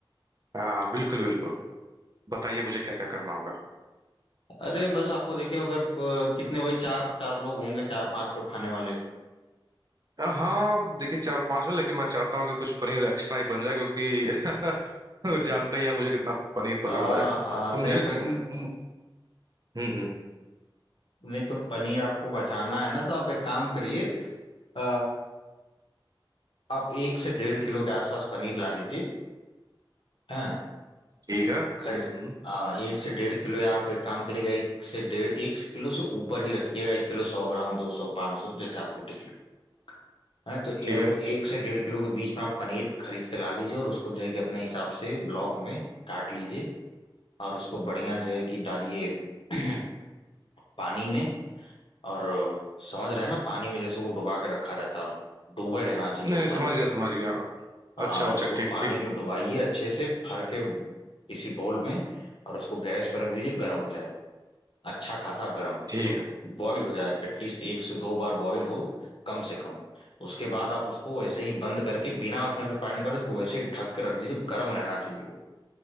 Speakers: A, on the right; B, on the left.
A: हाँ बिल्कुल बिल्कुल बताइए मुझे क्या क्या करना होगा
B: अरे बस आपको देखिए अगर प- कितने वही चार चार लोग होंगे चार पांच लोग खाने वाले
A: अ, हाँ देखिए चार पांच में लेकिन मैं चाहता हूँ कि कुछ पनीर एक्स्ट्रा ही बन जाए क्योंकि <laughs> जानते ही हैं मुझे कितना पनीर पसंद
B: हाँ
A: है
B: हाँ नहीं
A: तो मुझे हम्म
B: तो
A: हम्म
B: नहीं तो पनीर आपको बचाना है ना तो आप एक काम करिए अ, आप एक से डेढ़ किलो के आसपास पनीर ला लीजिए हाँ
A: ठीक है हम्म
B: घर अ, एक से डेढ़ किलो या आप एक काम करिएगा एक से डेढ़ एक किलो से ऊपर ही रखिएगा एक किलो सौ ग्राम दो सौ पाँच सौ जैसे आपको ठीक लगे हाँ तो ये
A: ठीक
B: आप
A: है
B: एक से डेढ़ किलो के बीच में आप पनीर खरीद के ला लीजिए और उसको जो है कि अपने हिसाब से ब्लॉक में काट लीजिए और उसको बढ़िया जो है कि डालिए <clears throat> पानी में और समझ रहे हैं ना पानी में जैसे वो डुबा के रखा रहता है और डूबे रहना चाहिए
A: नहीं नहीं
B: वो पानी
A: समझ
B: में
A: गया समझ गया
B: हाँ
A: अच्छा अच्छा
B: उसको
A: ठीक
B: पानी
A: ठीक
B: में डुबाइए अच्छे से भर के किसी बोल में और उसको गैस पर रख दीजिए गर्म हो जाए अच्छा खासा गर्म
A: ठीक
B: मतलब
A: है
B: बॉईल हो जाए एटलीस्ट एक से दो बार बॉईल हो कम से कम उसके बाद आप उसको वैसे ही बंद करके बिना उसमें से पानी निकाले उसको वैसे ही ढक के रख दीजिए गर्म रहना चाहिए वो